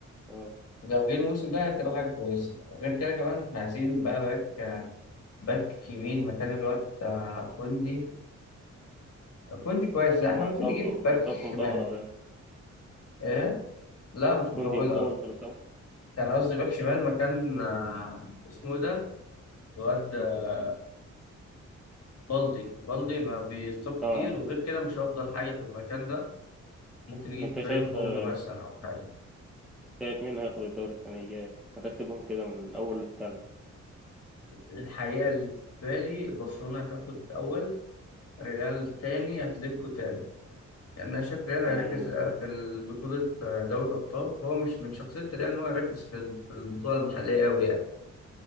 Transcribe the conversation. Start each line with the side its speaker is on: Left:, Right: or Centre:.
Centre: اه
Left: لو جه الموسم ده هتبقى حاجه كويسه غير كده كمان احنا عايزين بقى باك آه، باك يمين مكان الواد بتاع كوندي كوندي كويس لا
Centre: هو
Left: احنا ممكن
Centre: اصابته
Left: نجيب باك
Centre: اصابته
Left: شمال
Centre: مطول ولا إيه؟
Left: ايه لا مش مطولة
Centre: كوندي مطول في الاصابة
Left: كان قصدي باك شمال مكان آه، اسمه إيه ده الواد آه، بالدي بالدي ما بيصاب
Centre: اه
Left: كتير وغير كده مش هيفضل حاجة في المكان ده ممكن نجيب
Centre: انت
Left: كريم
Centre: شايف
Left: بونج
Centre: آه،
Left: مثلا أو حاجة
Centre: شايف مين هياخد الدوري السنة الجاية هتكتبهم كده من اول للتالت
Left: الحقيقة اللي في بالي برشلونة هتاخد الأول ريال تاني أتلتيكو تالت يعني أنا شايف ريال هيركز
Centre: انا
Left: آه، في بطولة دوري الأبطال هو مش من شخصية ريال إن هو يركز في في البطولة المحلية أوي يعني